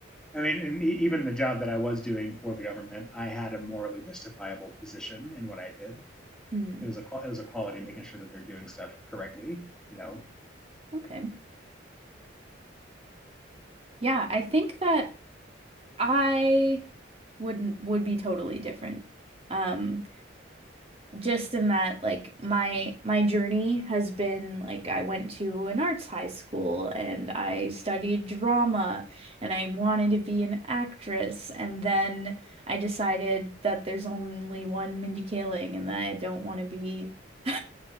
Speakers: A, in the centre; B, on the right (about 30°).
A: I mean, and e- even the job that I was doing for the government, I had a morally justifiable position in what I did.
B: Hmm.
A: It was a it was a quality, making sure that they're doing stuff correctly. You know.
B: Okay. Yeah, I think that I wouldn't would be totally different. Um just in that like my my journey has been like I went to an arts high school and I studied drama and I wanted to be an actress and then I decided that there's only one Mindy Kaling and that I don't want to be <laughs>